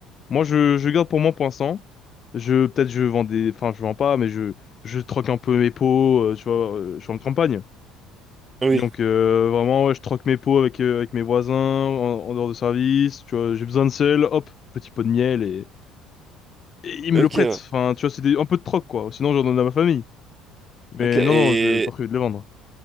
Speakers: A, on the left; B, on the right.
A: Moi je je garde pour moi pour l'instant. Je peut-être je vends des, enfin je vends pas, mais je je troque un peu mes pots, euh, tu vois. euh, je suis en campagne.
B: oui,
A: Donc euh, vraiment, ouais, je troque mes pots avec, euh, avec mes voisins en, en dehors de service. Tu vois, j'ai besoin de sel, hop, petit pot de miel et, et ils me
B: ok,
A: le prêtent.
B: ouais.
A: Enfin, tu vois, c'est des- un peu de troc quoi. Sinon, j'en donne à ma famille. Mais
B: Ok, et
A: non, non, je pas prévu de les vendre.